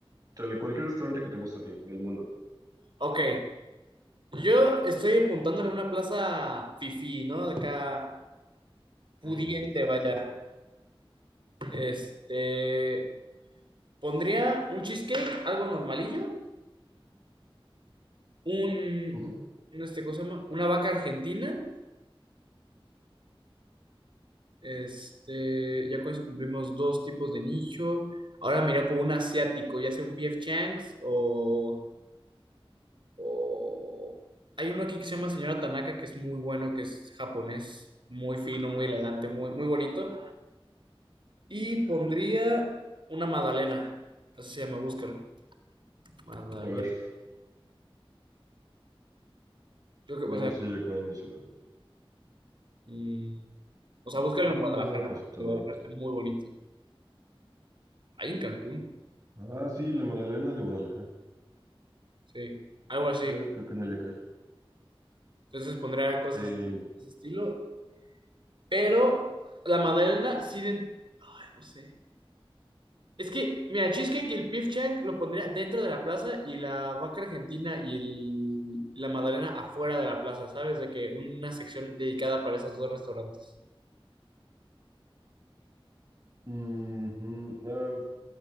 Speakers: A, on the right; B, on the right.
A: tal cualquier restaurante que te guste a ti, del mundo.
B: ok, yo estoy apuntándole a una plaza fifí, ¿no? De acá, pudiente,
A: Ujú,
B: vaya. Este, pondría un cheesecake, algo normalillo, un,
A: ujú.
B: un, este, ¿cómo se llama? Una vaca argentina Este, ya con eso cumplimos dos tipos de nicho. Ahora mira por un asiático, ya sea un PF Chang's o, o- Hay uno aquí que se llama Señora Tanaka, que es muy bueno, que es japonés, muy fino, muy elegante, muy, muy bonito. Y pondría una Madalena, así se llama, búscalo. Madalena.
A: A ver,
B: Yo creo
A: veamos
B: que, o sea,
A: si hay acá en Ciudad
B: mm, o sea,
A: Magdalena,
B: búscalo en Guadalajara,
A: restaurante.
B: porque Guadalajara está muy bonito. Ahí en Cancún,
A: Ah, sí, la Magdalena de Guadalajara,
B: sí, algo así.
A: pero creo que no hay acá.
B: Entonces pondría cosas
A: En-
B: de ese estilo Pero la Magdalena sí. den- Ay, no sé. Es que, mira, Cheesecake y el beef Chang lo pondría dentro de la plaza y la vaca argentina y el- la Magdalena afuera de la plaza, ¿sabes? De que una sección dedicada para esos dos restaurantes.
A: Ujú, ah,